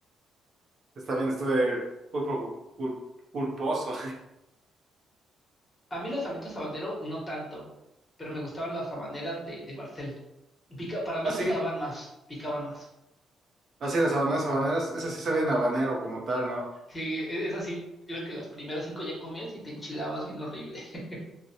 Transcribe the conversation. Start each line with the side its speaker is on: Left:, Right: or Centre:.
Right: Pues También estuve pulpo, pul- pulposo.
Left: A mí los Sabritos Habanero no tanto, pero me gustaban las habaneras de, de Barcel. Pica, para mí
Right: <laughs>
Left: picaban
Right: Así,
Left: más, picaban más.
Right: así las habaneras habaneras, esas sí sabían a habanero como tal, ¿no?
Left: Sí, es así, creo que las primeras cinco ya comías y te enchilabas bien horrible. <laughs>